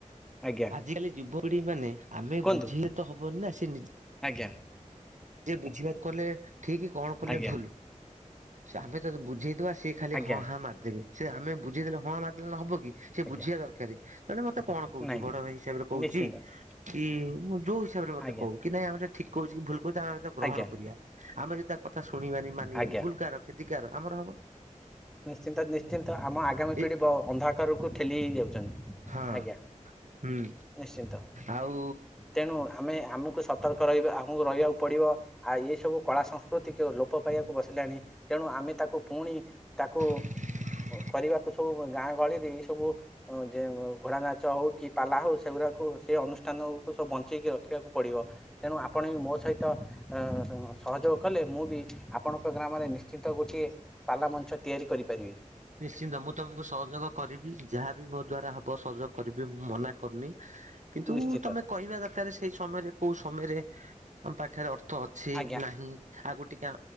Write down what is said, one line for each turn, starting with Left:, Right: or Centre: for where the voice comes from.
Centre: ଆଜ୍ଞା
Right: ଆଜିକାଲି ଯୁବପିଢି ମାନେ ଆମେ
Centre: କୁହନ୍ତୁ
Right: ବୁଝେଇଲେ ତ ହବନି ନା, ସେ ନିଜେ
Centre: ଆଜ୍ଞା।
Right: <unintelligible> ବୁଝିବାକୁ କଲେ ଠିକ୍ କଣ କଲେ
Centre: ଆଜ୍ଞା
Right: ଭୁଲ୍ ଆମେ ତ ବୁଝେଇଦବା ସେ ଖାଲି
Centre: ଆଜ୍ଞା
Right: ହଁ ହାଁ ମାରିଦବେ ସେ ଆମେ ବୁଝେଇଦେଲେ ହଁ ହାଁ ମାରିଦେଲେ ନ ହବକି, ସେ
Centre: ଆଜ୍ଞା
Right: ବୁଝିବା ଦରକାରେ। ଜଣେ ମତେ କଣ କହୁଚି
Centre: ନାଇଁ
Right: ବଡ ଭାଇ ହିସାବରେ କହୁଚି
Centre: ନିଶ୍ଚିନ୍ତ
Right: କି ମୁଁ ଯୋଉ ହିସାବରେ ମତେ
Centre: ଆଜ୍ଞା
Right: କହୁ। କି ନାଇଁ ଆମେ ଏଟା ଠିକ୍ କହୁଚି କି ଭୁଲ କହୁଚି ଆମେ ଆଗ ତାକୁ ଗ୍ରହଣ
Centre: ଆଜ୍ଞା
Right: କରିବା, ଆମେ ଯଦି ତା କଥା ଶୁଣି ବାନି ମାନି
Centre: ଆଜ୍ଞା
Right: ବାନି ଭୁଲ କାହାର? କ୍ଷେତି କାହାର ଆମର ହବ।
Centre: ନିଶ୍ଚିନ୍ତ-ନିଶ୍ଚିନ୍ତ ଆମ ଆଗାମୀ
Right: ଏ
Centre: ପିଢି ବ ଅନ୍ଧାକାରକୁ ଠେଲି ହେଇ ଯାଉଚନ୍ତି।
Right: ହଁ।
Centre: ଆଜ୍ଞା
Right: ହୁଁ
Centre: ନିଶ୍ଚିନ୍ତ,
Right: ଆଉ
Centre: ତେଣୁ ଆମେ ଆମକୁ ସତ ର୍କ ରହିବେ ଆମକୁ ରହିବାକୁ ପଡିବ, ଆଉ ଏଇ ସବୁ କଳା ସଂସ୍କୃତିକୁ ଲୋପ ପାଇବାକୁ ବସି ଲାଣି ତେଣୁ ଆମେ ତାକୁ ପୁଣି ତାକୁ
Right: <unintelligible>
Centre: କରିବାକୁ ସବୁ ଗାଁ ଗହଳିରେ ଏଇ ସବୁ ଅଁ ଯେ ଘୋଡ଼ା ନାଚ ହଉ କି ପାଲା ହଉ ସେଗୁରାକୁ ସେ ଅନୁଷ୍ଠାନକୁ ସବୁ ବଞ୍ଚେଇକି ରଖିବାକୁ ପଡିବ। ତେଣୁ ଆପଣ ବି ମୋ ସହିତ ଅଁ ସହଯୋଗ କଲେ ମୁଁ ବି ଆପଣଙ୍କ ଗ୍ରାମରେ ନିଶ୍ଚିତ ଗୋଟିଏ ପାଲା ମଞ୍ଚ ତିଆରି କରିପାରିବି।
Right: ନିଶ୍ଚିନ୍ତ ମୁଁ ତମୁକୁ ସହଯୋଗ କରିବି ଯାହାବି ମୋ ଦ୍ଵାରା ହବ ସହଯୋଗ କରିବି ମୁଁ ମନା କରୁନି। କିନ୍ତୁ
Centre: ନିଶ୍ଚିତ
Right: ତମେ କହିବା ଦରକାରେ ସେଇ ସମୟରେ କୋଉ ସମୟରେ ତମ ପାଖେରେ ଅର୍ ର୍ଥ ଅଛି
Centre: ଆଜ୍ଞା
Right: ନାହିଁ ଆଗରୁ ଟିକେ